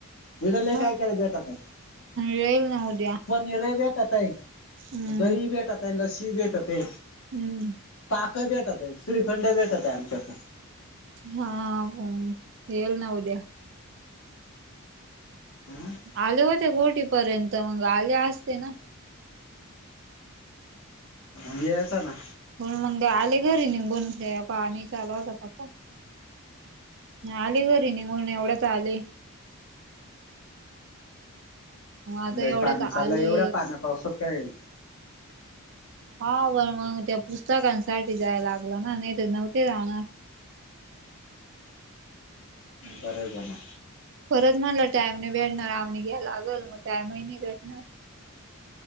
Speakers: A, on the left; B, on the right.
A: पत <unintelligible>
B: हा येईल ना उद्या
A: <unintelligible> भेटतय
B: हम्म
A: दही भेटतय, लस्सी भेटतय.
B: हम्म.
A: ताक भेटत, श्रीखंड भेटतय, आमच्याकडे.
B: हा, हा, येल ना उद्या.
A: हम्म <inaudible>
B: आले होते गोटी पर्यंत, मंग आले असते ना?
A: मंग यायचं ना?
B: मगं आले घरी निघून हे पाणी चालवा होता पका. आले घरी निघून एवढ्यात आले. आता
A: लय
B: एवढ्याच
A: पाणी चाललय,
B: आले
A: एवढा पाण्या पावसात काय-
B: हा पण मग, त्या पुस्तकांसाठी जाय लागलं ना, नाही तर नव्हते जाणार.
A: बरं झालं.
B: परत म्हणलं टाईम नाही भेटणार, आम्ही घ्यायला लागल मग टाइमही नाही भेटणार.